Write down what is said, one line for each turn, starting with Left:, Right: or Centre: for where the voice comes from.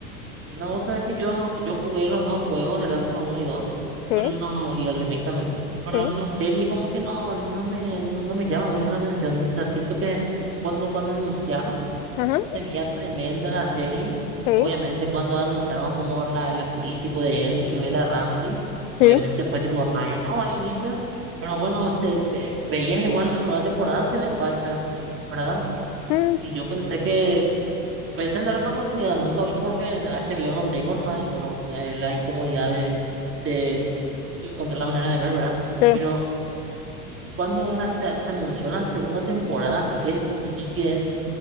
Right: No, vos sabés que yo, yo jugué los dos juegos, el Last of Us 1 y dos
Left: Sí,
Right: pero no, y el remake también. Pero
Left: sí,
Right: la serie como que no, no me, no, no me llama mucho la atención. O sea, siento que cuando, cuando anunciaron,
Left: ajá,
Right: se veía tremenda la serie.
Left: sí,
Right: Obviamente cuando anunciaron como la, la actriz tipo de Ellie, Bella Ramsey,
Left: sí.
Right: obviamente fue tipo raro, ¿no? al inicio. Pero bueno, se, ve- veías igual en la primera temporada, se ve facha, ¿verdad?
Left: Mm,
Right: Y yo pensé que Pensé en darle la oportunidad, nunca vi porque HBO no tengo nomás y bueno, eh, la incomodidad de, de encontrar la manera de ver, ¿verdad?
Left: sí.
Right: Pero cuando la, se, se anunció la segunda temporada, así que, y vi que